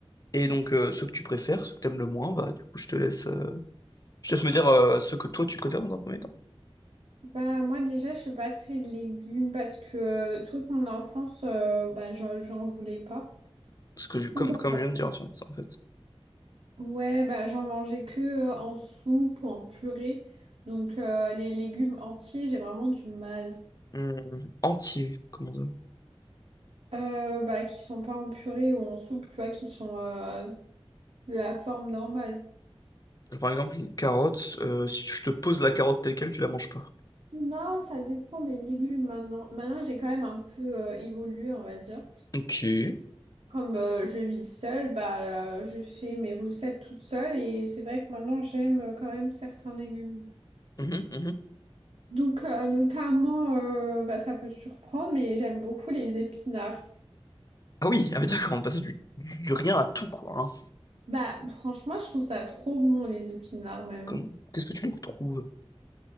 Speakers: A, on the left; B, on the right.
A: Et donc, euh, ceux que tu préfères, ceux que t'aimes le moins, bah, du coup, je te laisse, euh, je te laisse me dire euh, ceux que toi tu préfères dans un premier temps.
B: Bah moi déjà je suis pas très légumes parce que euh, toute mon enfance euh, bah j'en j'en voulais pas.
A: ce que je-
B: Du
A: comme,
B: coup, j'en
A: comme
B: man-
A: je viens de dire en fait. en fait.
B: Ouais bah j'en mangeais que euh, en soupe ou en purée. Donc euh, les légumes entiers j'ai vraiment du mal.
A: Hum, entier, comment ça?
B: Euh, bah qui sont pas en purée ou en soupe tu vois qui sont euh, de la forme normale.
A: Par exemple, une carotte, euh, si je te pose la carotte telle quelle, tu la manges pas.
B: Non ça dépend des légumes maintenant. Maintenant j'ai quand même un peu euh, évolué on va dire.
A: Ok.
B: Comme euh, je vis seule, bah, euh, je fais mes recettes toute seule et c'est vrai que maintenant j'aime euh, quand même certains légumes.
A: Mhm, mhm.
B: Donc euh, notamment, euh, bah, ça peut surprendre, mais j'aime beaucoup les épinards.
A: Ah oui, ah oui, d'accord, on est passé du, du rien à tout, quoi. hein.
B: Bah franchement, je trouve ça trop bon les épinards même.
A: Comme- Qu'est-ce que tu lui retrouves?